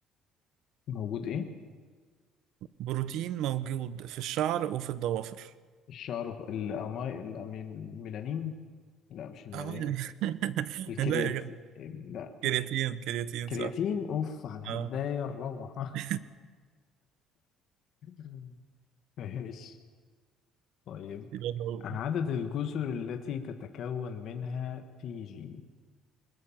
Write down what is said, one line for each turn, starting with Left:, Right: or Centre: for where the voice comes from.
Left: موجود ايه
Right: بروتين موجود في الشعر وفي الضوافر
Left: الشعر في الأمي... الأمي- الميلانين لا مش الميلانين
Right: آه. <laughs>
Left: الكريات
Right: لا يا جدع
Left: لا
Right: كرياتين كرياتين
Left: كرياتين
Right: صح
Left: اوف على الهدايا
Right: اه
Left: الروعة
Right: <laughs>
Left: <laughs> ماشي طيب
Right: يبقى هو.
Left: عدد الجزر التي تتكون منها فيجي